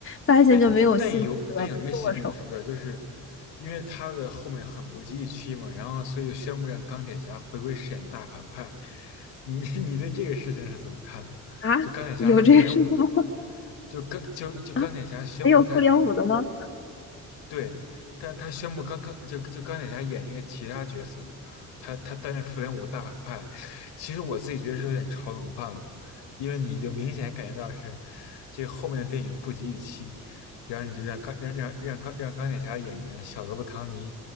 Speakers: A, on the left (about 30°); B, on the left (about 70°).
A: 发现就没有兴趣了，
B: 哎，但有但有一个新闻你知不知道？
A: 不剁手
B: 就是因为他的后面很不及预期嘛，然后所以就宣布让钢铁侠回归饰演大反派。你 <laughs> 你对这个事情是怎么看的？
A: 啊？
B: 就钢铁侠是复联五的，
A: 有这个事情吗？
B: 就钢就就钢铁侠宣布他
A: <laughs> 啊，还有复联五的吗？
B: 对，但他宣布刚刚就就钢铁侠演一个其他角色，他他担任复联五大反派，其实我自己觉得是有点炒冷饭了，因为你就明显感觉到是这个后面的电影不及预期，然后你就让钢让让让钢让钢铁侠的演员小罗伯·唐尼